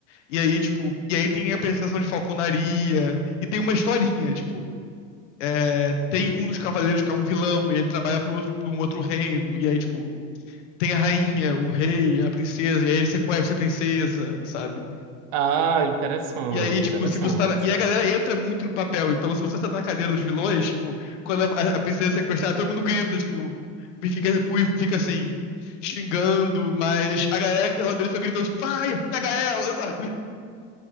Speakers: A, on the left (about 70°); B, on the right (about 40°).
A: E aí, tipo, e aí tem a apresentação de falconaria, e tem uma historinha, tipo. é, tem um dos cavaleiros que é um vilão, e ele trabalha pro outro, pra um outro reino, e aí, tipo, tem a rainha, o rei, a princesa, e aí ele sequestra a princesa, sabe?
B: Ah, interessante,
A: E aí, tipo,
B: interessante.
A: se você tá. na- E a galera entra muito no papel. Então, se você tá na cadeira dos vilões, tipo, quando a, a princesa é sequestrada, todo mundo grita, tipo, e fica, e fica assim, xingando, mas a galera que tá lá dentro foi gritando, tipo, vai, pega ela, <laughs> sabe?